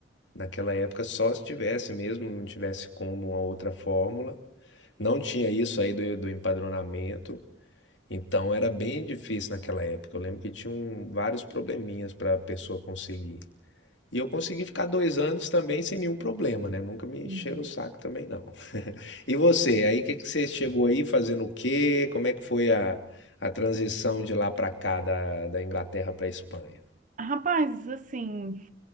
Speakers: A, on the left (about 80°); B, on the right (about 45°).
A: Naquela época, só se tivesse mesmo, não tivesse como uma outra fórmula. Não tinha isso aí do, do empadronamento, então era bem difícil naquela época. Eu lembro que tinham vários probleminhas para a pessoa conseguir. E eu consegui ficar dois anos também sem nenhum problema, né? Nunca me
B: Uhum.
A: encheram o saco também, não. <laughs> E você, aí o que, que você chegou aí fazendo o quê? Como é que foi a, a transição de lá para cá, da, da Inglaterra para a Espanha?
B: Rapaz, assim,